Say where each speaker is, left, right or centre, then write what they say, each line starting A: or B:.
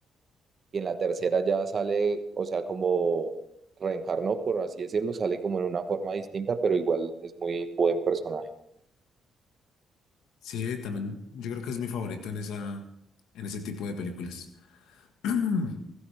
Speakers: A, on the right (about 45°); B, on the left (about 85°).
A: Y en la tercera ya sale, o sea, como reencarnó, por así decirlo, sale como en una forma distinta, pero igual es muy buen personaje.
B: Sí, también yo creo que es mi favorito en esa, en ese tipo de películas. <clears throat>